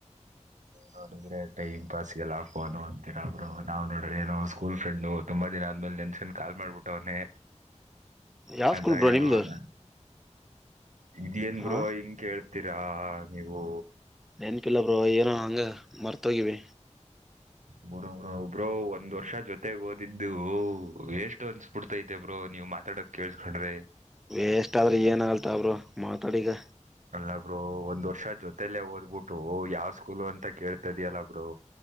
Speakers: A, on the right; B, in the centre.
A: ನೋಡುದರೆ ಟೈ ಸ್ ಸಿಗಲ್ಲ ಫೋನು ಅಂತರೊಬ್ರು ನಾವು ನೋಡ್ರ ಏನೋ ಸ್ಕೂಲ್ ಫ್ರೆಂಡು ತುಂಬಾ ದಿನ ಆದ್ಮೇಲೆ ನೆನ್ಸ್ಕೊಂಡ್ ಕಾಲ್ ಮಾಡ್ಬಿಟ್ಟವನನೆ
B: ಯಾವ
A: ಅಂತ
B: ಸ್ಕೂಲ್ ಬ್ರೋ
A: ಹೇಳುವಣ
B: ನಿಮ್ದು
A: ಇದೇನ್
B: ಹ
A: ಬ್ರೋ ಹಿಂಗ ಕೇಳ ಆನತ್ತೀರಾ ನೀವು
B: ನೆನಪಿಲ್ಲ ಬ್ರೋ ಏನೋ ಹಂಗ ಮರ್ತೋಗಿವಿ
A: ಬಿಡು ಒಬ್ರೋ ಒಂದ್ ವರ್ಷ ಜೊತೆಗ್ ಓದಿದ್ದು ವೆಷ್ಟು ಅನ್ನಸ್ಬಿಡುತ್ತೆ ಬ್ರೋ ನೀವ್ ಮಾತಾಡಕ್ ಕೇಸ್ಕೊಂಡ್ರೆ
B: ವೇಷ್ಟ ಆದ್ರೆ ಏನ್ ಆಗಲ್ಲ ತಗೋ ಬ್ರೋ ಮಾತಾಡಿಗ
A: ಅಲ್ಲ ಬ್ರೋ ಒಂದ್ ವರ್ಷ ಜೊತೇಲ್ಲೇ ಓದ್ಬಿಟ್ಟು ಯಾವ್ ಸ್ಕೂಲ್ ಅಂತ ಕೇಳ್ತ ಇದ್ಯಲ್ಲ ಬ್ರೋ